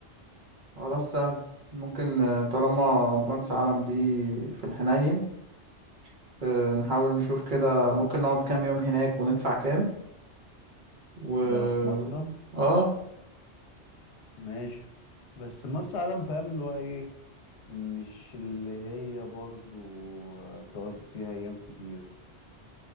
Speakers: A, on the right; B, on the left.
A: خلاص سهل ممكن آه، طالما بنس عالم دي في الحنين آه، نحاول نشوف كده ممكن نقعد كام يوم هناك وندفع كام و
B: ده في مرسى
A: اه
B: ماشي بس مرسى علم فاهم اللي هو ايه مش اللي هي برضو تقعد فيها ايام كتير